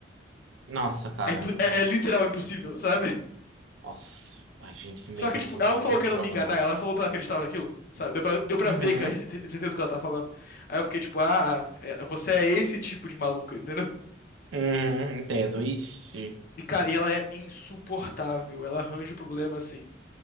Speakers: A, on the right; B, on the left.
A: Nossa, cara.
B: É, é-
A: Não.
B: é literal impossível, sabe?
A: Nossa. Ai, gente que mente
B: Só que,
A: assim,
B: tipo, ela não
A: eu
B: falou
A: tenho
B: que
A: um
B: era
A: problema.
B: me enganar, ela falou pra ela que ele estava naquilo, sabe? Deu pra, deu pra
A: Uhum.
B: ver, cara, tinha cer- certeza do que ela tá falando. Aí eu fiquei, tipo, ah, é- você é esse tipo de maluca, entendeu?
A: Uhum. Entendo. Ixi.
B: E, cara, e ela é insuportável, ela arranja o problema, assim,